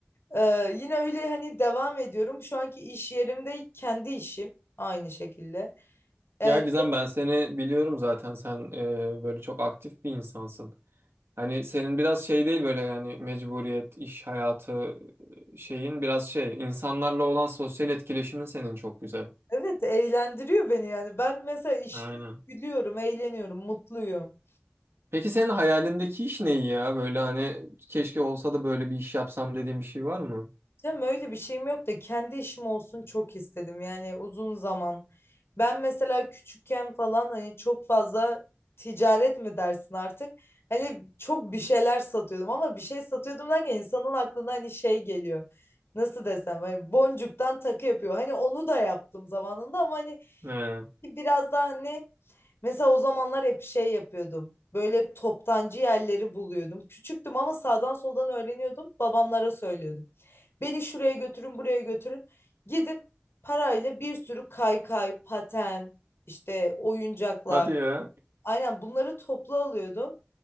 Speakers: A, on the left (about 85°); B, on the right (about 85°).
A: e, yine öyle hani devam ediyorum. Şu anki iş yerimde kendi işim aynı şekilde. Yani
B: Ya Gizem ben seni biliyorum zaten sen e, böyle çok aktif bir insansın. Hani senin biraz şey değil böyle yani mecburiyet, iş hayatı e, şeyin biraz şey insanlarla olan sosyal etkileşimin senin çok güzel.
A: evet eğlendiriyor beni yani. Ben mesela işte
B: Aynen.
A: gülüyorum, eğleniyorum, mutluyum.
B: Peki senin hayalindeki iş ne ya? Böyle hani keşke olsa da böyle bir iş yapsam dediğin bir şey var mı?
A: Tam öyle bir şeyim yok da kendi işim olsun çok istedim yani uzun zaman. Ben mesela küçükken falan hani çok fazla ticaret mi dersin artık? Hani çok bir şeyler satıyordum ama bir şey satıyordum derken insanın aklına hani şey geliyor. Nasıl desem hani boncuktan takı yapıyor. Hani onu da yaptım zamanında ama hani
B: He.
A: biraz daha hani mesela o zamanlar hep şey yapıyordum. Böyle toptancı yerleri buluyordum. Küçüktüm ama sağdan soldan öğreniyordum. Babamlara söylüyordum. Beni şuraya götürün, buraya götürün. Gidip parayla bir sürü kaykay, paten, işte oyuncaklar.
B: Hadi ya.
A: Aynen bunları toplu alıyordum.